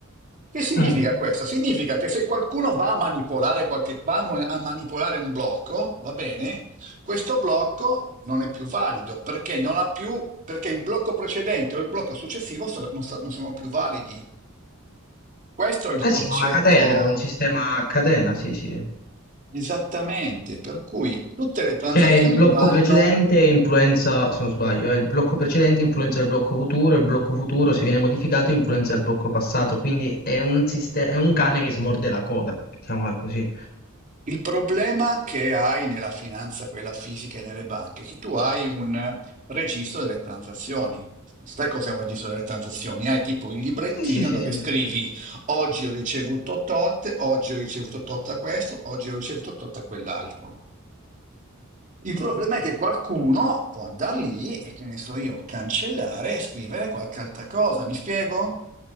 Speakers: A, on the right; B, on the left.
A: Che significa
B: Mm.
A: questo? Significa che se qualcuno va a manipolare, qualche, va a mo- a manipolare un blocco, va bene, questo blocco non è più valido perché non ha più, perché il blocco precedente o il blocco successivo so- non, so- non sono più validi. Questo è il
B: Eh
A: concetto
B: sì, è una catena, era un sistema a catena, sì, sì.
A: esattamente, per cui tutte le transazioni
B: Cioè il blocco
A: vanno.
B: precedente influenza, se non sbaglio, eh, il blocco precedente influenza il blocco futuro, il blocco futuro se viene modificato influenza il blocco passato, quindi è un, siste- è un cane che si morde la coda, mettiamola così.
A: Il problema che hai nella finanza, quella fisica e nelle banche, è che tu hai un registro delle transazioni. Sai cos'è un registro delle transazioni? Hai tipo il librettino
B: Sì, sì, sì,
A: dove
B: sì.
A: scrivi Oggi ho ricevuto tot, oggi ho ricevuto tot a questo, oggi ho ricevuto tot a quell'altro. Il problema è che qualcuno può andare lì e che ne so io, cancellare e scrivere qualche altra cosa, mi spiego?